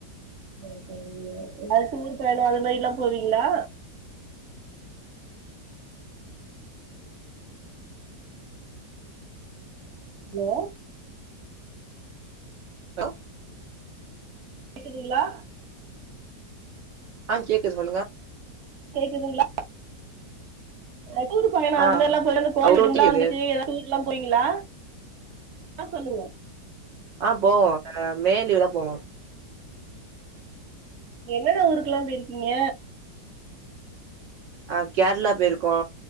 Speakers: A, on the right; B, on the right.
A: சேர் சேரிங்க அடுத்து ஊர் பயணோ அது மாரி எல்லா போவீங்களா ஹலோ
B: ஹலோ
A: கேக்குதுங்களா
B: ஆ கேக்குது சொல்லுங்க
A: கேக்குதுங்களா அ டூரு பையனோ அது
B: ஆ
A: மாரிலா <unintelligible>
B: அவுட்
A: லா
B: கேக்குது
A: வந்துச்சு டூர்லா போயிங்களா ஆ சொல்லுங்க
B: ஆ போவோ மே லீவுல போவோ
A: என்ன என்ன ஊருக்கெல்லா போயிருக்கீங்க
B: ஆ கேரளா போயிருக்கோ